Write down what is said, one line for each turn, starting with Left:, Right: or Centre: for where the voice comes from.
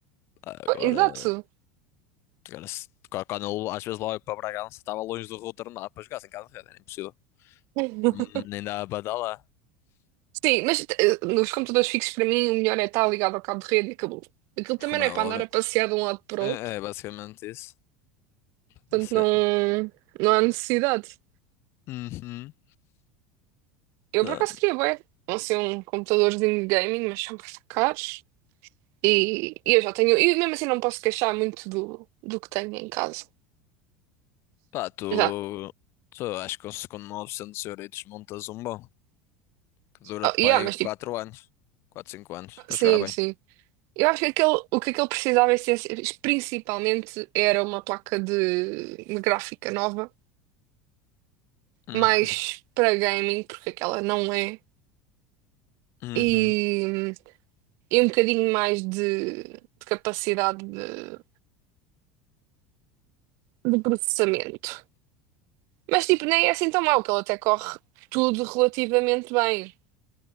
Left: Ah, Agora,
Right: Pô, Exato.
Left: agora se- quando eu, às vezes lá eu para Bragança, estava longe do router, não dá para jogar sem cabo de rede, era impossível.
Right: <laughs>
Left: Hum, Nem dá para dar lá,
Right: Sim, mas eh, nos computadores fixos, para mim, o melhor é estar ligado ao cabo de rede e acabou. Aquilo também
Left: como
Right: não
Left: é
Right: é para
Left: óbvio.
Right: andar a passear de um lado para
Left: É,
Right: o outro,
Left: é basicamente isso.
Right: portanto
Left: Você.
Right: não, não há necessidade.
Left: Uhum.
Right: Eu,
Left: Pá,
Right: por acaso, queria bem, não ser um computadorzinho de gaming, mas são muito caros e, e eu já tenho. E mesmo assim, não posso queixar muito do, do que tenho em casa.
Left: pá, tu,
Right: Já
Left: tu acho que com 900 euros montas um bom que dura-te
Right: Oh, yeah,
Left: para aí
Right: mas
Left: 4
Right: tipo,
Left: anos, 4 5 anos,
Right: sim,
Left: a jogar bem.
Right: sim. Eu acho que aquele, o que aquele precisava essencia- principalmente era uma placa de, de gráfica nova,
Left: Uhum.
Right: mais para gaming, porque aquela não é,
Left: Uhum.
Right: e, e um bocadinho mais de, de capacidade de, de processamento. Mas tipo, nem é assim tão mau, que ele até corre tudo relativamente bem.